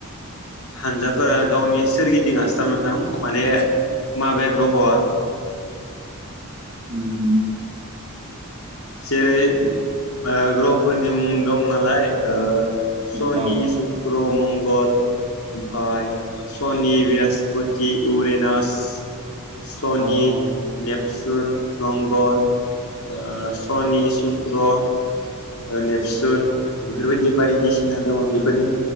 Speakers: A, on the left (about 70°); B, on the right (about 25°).
A: हानजाफोरा गावनि सोरगिदिं आस औ नोंथां माने
B: सान
A: माबे ग्रहआ
B: उम
A: जेरै ओ ग्रहफोरनि मुं दं नालाय ओ सनि
B: औ
A: सुक्र मंग गल ओमफाय सनि बृहस्पति इउरेनास सनि
B: औ औ
A: नेप्स सुन मंगल ओ सनि सुक क्र ओ नेपसुन बेफोरबायदि बायदिसिना दङ बेफोरनि